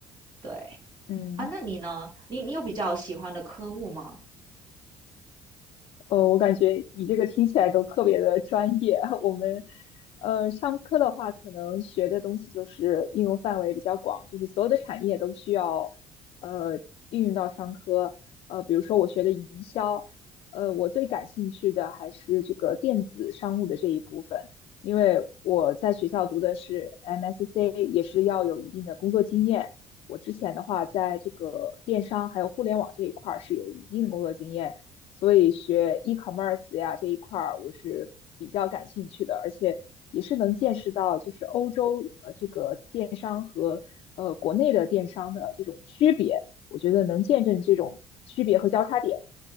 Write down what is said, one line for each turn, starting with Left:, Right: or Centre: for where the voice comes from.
Right: 对
Left: 嗯。
Right: 啊，那你呢？你你有比较喜欢的科目吗？
Left: 呃，我感觉你这个听起来都特别的专业。<laughs> 我们，呃，上课的话，可能学的东西就是应用范围比较广，就是所有的产业都需要，呃，应用到商科。呃，比如说我学的营销，呃，我最感兴趣的还是这个电子商务的这一部分，因为我在学校读的是 MSC，也是要有一定的工作经验。我之前的话，在这个电商还有互联网这一块儿是有一定的工作经验。所以学 e-commerce 呀这一块儿我是比较感兴趣的，而且也是能见识到就是欧洲呃这个电商和呃国内的电商的这种区别，我觉得能见证这种区别和交叉点，